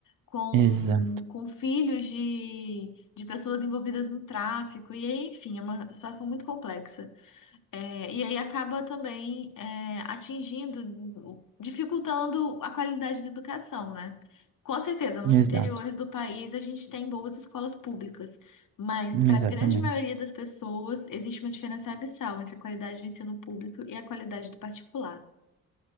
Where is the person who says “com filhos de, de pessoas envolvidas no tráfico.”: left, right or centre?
Left